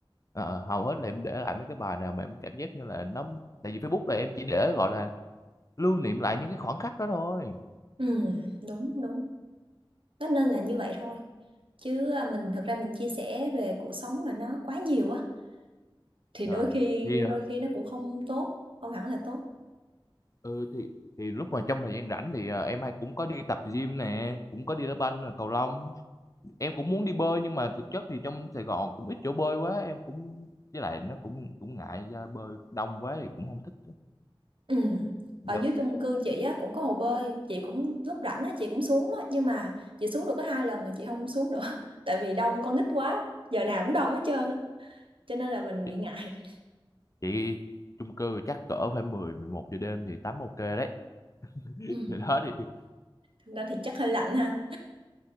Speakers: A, on the left; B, on the right.
A: Ờ, hầu hết là em để lại mấy cái bài nào mà em cảm giác như là nó tại vì Facebook là em chỉ để gọi là lưu niệm lại những cái khoảnh khắc đó thôi
B: Ừ, đúng đúng. Nó nên là như vậy thôi. Chứ à, mình thực ra mình chia sẻ về cuộc sống mà nó quá nhiều á thì
A: Ờ.
B: đôi khi
A: thì ờ,
B: đôi khi nó cũng không tốt, không hẳn là tốt.
A: ừ thì thì lúc mà trong thời gian rảnh thì à, em hay cũng có đi tập gym nè cũng có đi đá banh cầu lông em cũng muốn đi bơi nhưng mà thực chất thì trong Sài Gòn cũng ít chỗ bơi quá em cũng với lại nó cũng cũng ngại ra bơi đông quá thì cũng không thích
B: Ừ. Ở
A: dạ.
B: dưới chung cư chị á cũng có hồ bơi, chị cũng lúc rảnh á chị cũng xuống đó nhưng mà chị xuống được có hai lần rồi chị không xuống nữa <laughs> tại vì đông con nít quá, giờ nào cũng đông hết trơn á, cho nên là mình
A: chị,
B: bị ngại.
A: chị chung cư chắc cỡ phải mười mười một giờ đêm thì tắm ok đấy <laughs>
B: Ừ.
A: vậy đó thì
B: Thực ra thì chắc hơi lạnh ha.